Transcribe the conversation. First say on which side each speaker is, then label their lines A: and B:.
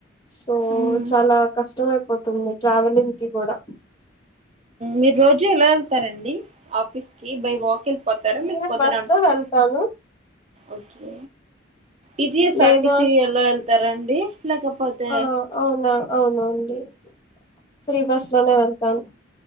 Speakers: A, on the left (about 25°); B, on the right (about 35°).
A: సో
B: మ్మ్
A: చాలా కష్టమయిపోతుంది ట్రావెలింగ్ కి కూడా
B: మీరు రోజు ఎలా వెళ్తారండి ఆఫీస్ కి బై వాక్ వెళ్తా పోతాయి
A: నేను
B: లేకపోతే
A: బస్
B: నడుచుకు
A: లో వెళ్తాను
B: ఓకే ఇది సార్టీ
A: లేదు
B: సి ఎల్లో వెళ్తారా అండి లేకపోతే
A: ఆ అవునా అవునండి ఫ్రీ బస్ లోనే వెళ్తాను